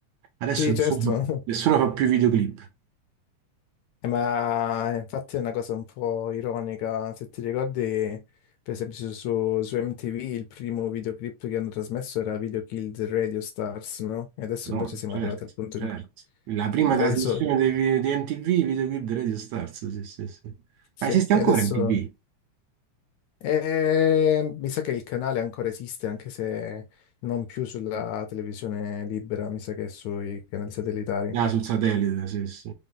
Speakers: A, on the right (about 75°); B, on the left (about 75°).
A: Adesso
B: Sì,
A: nessuno,
B: certo. <laughs>
A: nessuno fa più videoclip.
B: Eh, Ma infatti è una cosa un po' ironica, se ti ricordi, per esempio su, su- su MTV il primo videoclip che hanno trasmesso era Video Killed Radio Stars, no? E adesso
A: No,
B: invece siamo
A: certo,
B: arrivati al punto
A: certo.
B: in cui...
A: La prima
B: Adesso,
A: trasmissione dei vi- di, MTV, videoclip di Radio Stars, sì, sì, sì.
B: sì,
A: Ma esiste
B: e
A: ancora
B: adesso...
A: MTV?
B: eh, mi sa che il canale ancora esiste, anche se non più sulla televisione libera, mi sa che è sui canali satellitari.
A: Ah, sul satellite, sì, sì.